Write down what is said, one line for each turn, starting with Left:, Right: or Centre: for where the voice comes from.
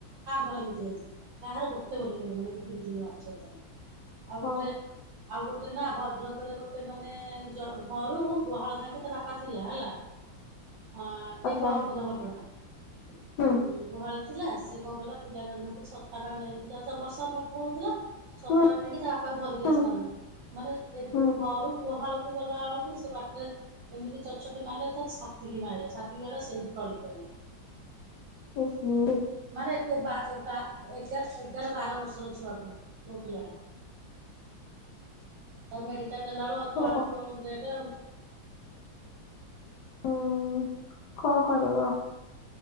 Right: ଖରାପ ହେଇଯାଇଛି। କାହାର ଗୋଟେ ବୋଲି କହିବନି ଏମିତି ବିଜୁଳି ମରୁଛି ଏଥର ଆଉ
Left: ହଉ
Right: ଗୋଟେ ଆଉ ଗୋଟେ ନା ଭଦ୍ରକରେ ଗୋଟେ ମାନେ ଘରୁ ଗୁହାଳ ଯାଙ୍କେ ତାର ବାପା ଥିଲା ହେଲା ହଁ
Left: ଆଚ୍ଛା
Right: ଏଇ ପରଦିନ ଘଟଣା।
Left: ହୁଁ।
Right: ଉଁ ଗୁହାଳ ଥିଲା ସେଏ କଣ କଲା ପିଲାଟା ନୁହଁକି ଛତାଟା ନେଇକି ଯାଉଥିଲା ବର୍ଷା ପକଉଥିଲା ଛତାଟା
Left: ହୁଁ
Right: ନେଇକି ତା ବାପାକୁ ଧରିକି
Left: ହୁଁ
Right: ଆସିଥାନ୍ତା। ମାନେ ଏ
Left: ହୁଁ
Right: ଘରୁ ଗୁହାଳକୁ ଗଲାବେଳକୁ ସେ ବାଟରେ ଏମିତି ଚଟଛଟି ମାରିଲା ତା ଛାତି କି ମାଇଲା ଛାତି କି ମାଇଲା ସେଇଠି ଟଳିି ପଇଲା।
Left: ଉନ୍ ହୁଁ।
Right: ମାନେ ବା ବା ଏଗା ଏଗାର ବାର ବର୍ଷର ଛୁଆ ପୁଣି ପୁଅ ପିଲାଟା? ତାକୁ ମେଡିକାଲ ନେଲାବେଳକୁ
Left: କଣ
Right: ଅଧା
Left: କ-
Right: ବାଟରୁ ଡେଥ ଆଉ
Left: ହୁଁ, କଣ କରିବ